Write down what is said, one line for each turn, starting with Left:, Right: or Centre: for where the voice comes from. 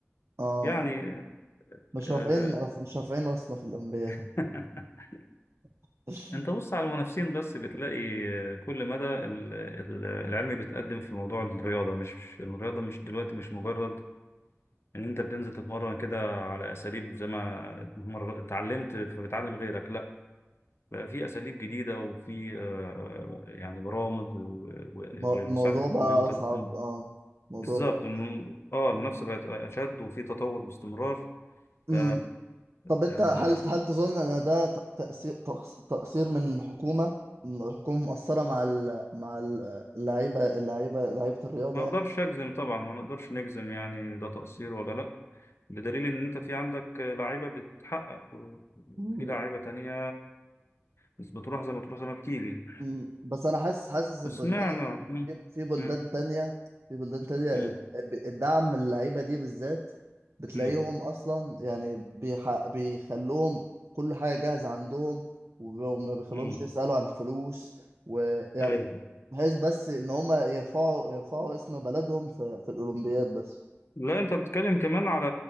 Right: اه
Left: يعني
Right: مش
Left: آه،
Right: رافعين مش رافعين راسنا في الاولمبيات
Left: <laughs>
Right: <laughs>
Left: أنت بص على المنافسين بس بتلاقي آه، كل مدى ال- ال- العلم بيتقدم في موضوع الرياضة مش الرياضة مش دلوقتي مش مجرد إن أنت بتنزل تتمرن كده على أساليب زي ما اتمر- اتعلمت فبتعلم غيرك لا بقى في اساليب جديده وفي آه، يعني برامج و- و-
Right: الم-
Left: ومساعده
Right: الموضوع
Left: الكمبيوتر
Right: بقى اصعب
Left: مم.
Right: اه الموضوع
Left: بالظبط
Right: بقى
Left: الم- اه المنافسه بقت اشد وفي تطور باستمرار ف
Right: امم طب انت
Left: آه،
Right: هل هل تظن ان ده تقصير تقصير من الحكومة إن الحكومة مقصرة مع ال... مع ال- اللعيبة اللعيبة لعيبة الرياضة
Left: ما اقدرش
Right: يعني
Left: اجزم طبعا ما نقدرش نجزم يعني ده تقصير ولا لا بدليل ان انت في عندك لعيبه بتحقق وفي
Right: مم.
Left: لعيبه تانية بس بتروح زي ما تروح زي ما بتيجي
Right: مم. بس انا حاسس حاسس
Left: وسمعنا
Right: البلدان
Left: مم.
Right: في في بلدان
Left: مم.
Right: تانية في بلدان تانية
Left: مم.
Right: الد- الدعم اللعيبة دي بالذات بتلاقيهم
Left: مم.
Right: أصلا يعني بيح... بيخلوهم كل حاجة جاهزة عندهم وب- وما بيخلوهمش
Left: مم.
Right: يسألوا عن فلوس ويعني
Left: ايوه
Right: بحيث بس إن هما يرفعوا يرفعوا اسم بلدهم في, في الأولمبياد بس
Left: لا انت بتتكلم كمان على